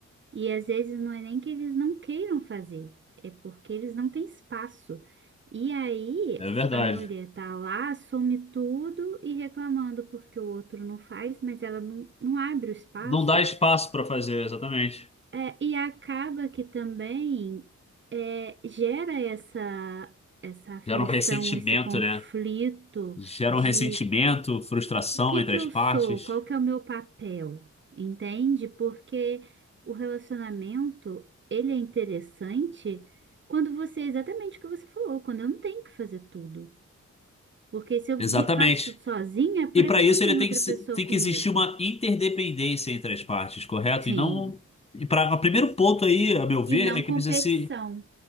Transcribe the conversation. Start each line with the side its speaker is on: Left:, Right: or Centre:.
Right: E às vezes não é nem que eles não queiram fazer, é porque eles não têm espaço. E aí
Left: é verdade.
Right: a mulher tá lá, assume tudo e reclamando porque o outro não faz, mas ela não, não abre o espaço.
Left: Não dá espaço para fazer, exatamente.
Right: É, e acaba que também é, gera essa, essa aflição,
Left: Gera um ressentimento,
Right: esse conflito
Left: né? Gera
Right: de
Left: um ressentimento, frustração
Right: o que
Left: entre
Right: que
Left: as
Right: eu
Left: partes.
Right: sou, qual que é o meu papel, entende? Porque o relacionamento, ele é interessante quando você, exatamente o que você falou, quando eu não tenho que fazer tudo. Porque se eu
Left: Exatamente.
Right: vi- faço tudo sozinha, por
Left: E para
Right: que
Left: isso
Right: que eu tenho
Left: ele tem
Right: outra
Left: que, se-
Right: pessoa
Left: tem
Right: comigo?
Left: que existir uma interdependência entre as partes, correto?
Right: Sim.
Left: E não. E para, o primeiro ponto aí, a meu ver,
Right: E não
Left: é que
Right: competição.
Left: precisa se